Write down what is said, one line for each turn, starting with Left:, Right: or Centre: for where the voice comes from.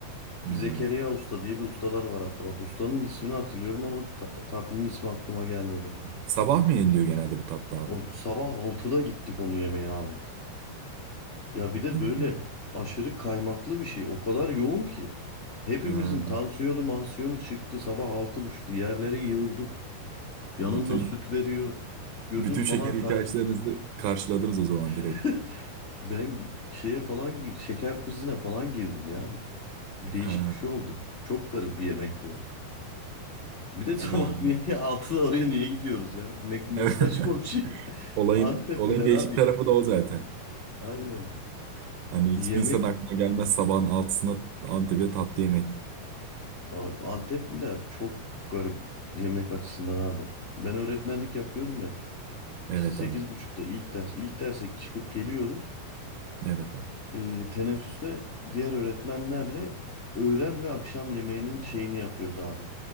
Right: Ya.
Left: Bir Zekeriya Usta diye bir ustalar var hatta. Bak ustanın ismini hatırlıyorum ama ta- tatlının ismi aklıma gelmedi.
Right: Sabah mı yeniliyor genelde bu tatlı abi?
Left: O sabah altıda gittik onu yemeye abi. Ya bir
Right: <laughs>
Left: de böyle aşırı kaymaklı bir şey. O kadar yoğun ki. Hepimizin
Right: Ha.
Left: tansiyonu mansiyonu çıktı. Sabah altı buçukta yerlere yığıldık. Yanında
Right: Bütün
Left: süt veriyor. Gözüm
Right: bütün
Left: falan
Right: şeker ihtiyaçlarınızı
Left: kaydı.
Right: karşıladınız o zaman
Left: <laughs>
Right: direkt.
Left: Ben şeye falan gir, şeker krizine falan girdim ya. Bir, değişik
Right: Ha,
Left: bir şey oldum. Çok garip bir yemekti o. Bir de <laughs> sabah
Right: güzel güzel.
Left: niye ya altıda oraya niye gidiyoruz ya? Ne, ne
Right: Evet.
Left: saçma bir şey.
Right: <laughs>
Left: <laughs>
Right: Olayın
Left: Antepliler
Right: olayın değişik
Left: abi.
Right: tarafı da o zaten.
Left: Aynen.
Right: Hani
Left: Yemek
Right: hiçbir insan aklına gelmez sabahın altısında Antep'te tatlı yemek.
Left: Abi, Antepliler çok garip yemek açısından abi. Ben öğretmenlik yapıyorum ya. İşte
Right: Evet
Left: sekiz
Right: abi.
Left: buçukta ilk ders, ilk derse çıkıp geliyoruz.
Right: Evet abi.
Left: Ee, teneffüste diğer öğretmenlerle öğlen ve akşam yemeğinin şeyini yapıyoruz abi.